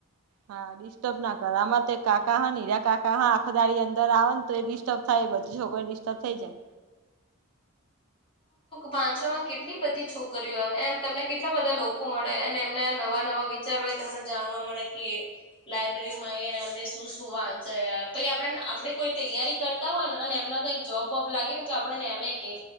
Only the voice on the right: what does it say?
હા, ડિશ ડિસ્ટર્બ ના કરે. આમાં તો કકા હિરા કાકા, હા આખો દાડી અંદર આવે ને, તો એ ડિસ્ટર્બ થાય બધી છોકરી તો થઈ જાય.